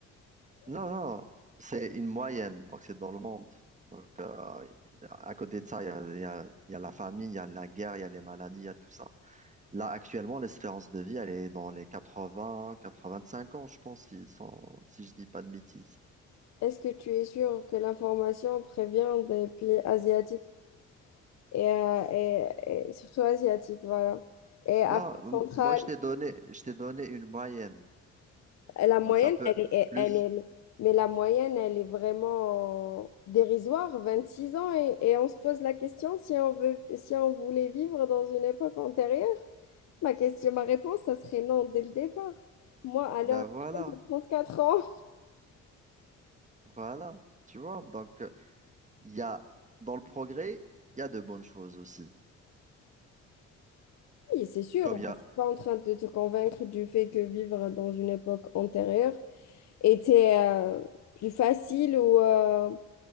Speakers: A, on the right (about 25°); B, on the left (about 60°).
A: Non, non, c'est une moyenne, donc c'est dans le monde. Donc, euh, à côté de ça, il y a, il y a- il y a la famine, il y a la guerre, il y a les maladies, il y a tout ça. Là, actuellement, l'espérance de vie, elle est dans les 80, 85 ans, je pense, si, sans- si je dis pas de bêtises.
B: Est-ce que tu es sûr que l'information prévient des pays asiatiques et, euh, et- et surtout asiatiques, voilà. Et Afrique
A: Non, m-
B: centrale,
A: moi, je t'ai donné, je t'ai donné une moyenne.
B: La moyenne,
A: Donc, ça peut
B: elle
A: être
B: est,
A: plus.
B: elle est, mais la moyenne, elle est vraiment dérisoire, 26 ans, et, et on se pose la question si on veut, si on voulait vivre dans une époque antérieure. Ma question, ma réponse, ça serait non dès le départ. Moi, à
A: Ben
B: l'heure
A: voilà,
B: actuelle, j'ai 34 ans.
A: voilà, tu vois, donc euh, il y a dans le progrès, il y a de bonnes choses aussi.
B: Oui, c'est sûr,
A: Comme
B: moi,
A: il y a,
B: je ne suis pas en train de te convaincre du fait que vivre dans une époque antérieure était euh, plus facile ou euh,